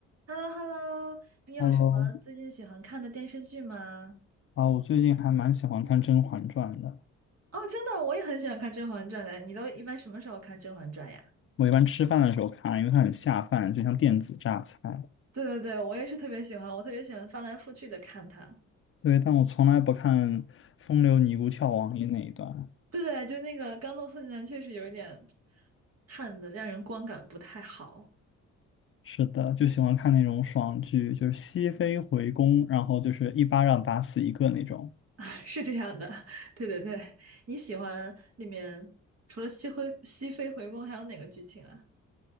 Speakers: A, on the right; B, on the left.
A: h e l l o h e l l o 你有什么最近喜欢看的电视剧吗？
B: Hello，啊，我最近还蛮喜欢看《甄嬛传》的。
A: 哦，真的，我也很喜欢看《甄嬛传》的。你都一般什么时候看《甄嬛传》呀？
B: 我一般吃饭的时候看，因为它很下饭，就像电子榨菜。
A: 对对对，我也是特别喜欢，我特别喜欢翻来覆去的看它。
B: 对，但我从来不看风流尼姑跳王爷那一段。
A: 对对，就那个《甘露寺女男》确实有一点看的让人观感不太好，
B: 是的，就喜欢看那种爽剧，就是熹妃回宫，然后就是一巴掌打死一个那种。
A: <laughs> 是这样的。<laughs> 对对对，你喜欢里面除了熹妃熹妃回宫还有哪个剧情啊？